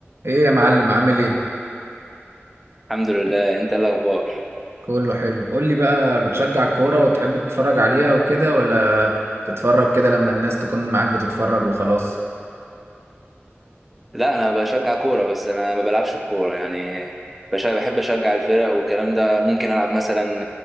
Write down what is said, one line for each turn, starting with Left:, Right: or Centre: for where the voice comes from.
Right: ايه يا معلم عامل ايه
Centre: الحمد لله انت ايه الاخبار
Right: كله حلو قول لي بقى بتشجع الكورة وتحب تتفرج عليها وكده ولا تتفرج كده لما الناس تكون معاك بتتفرج وخلاص
Centre: لا انا بشجع كوره بس انا ما بلعبش الكوره يعني بش- بحب اشجع الفرق والكلام ده ممكن العب مثلا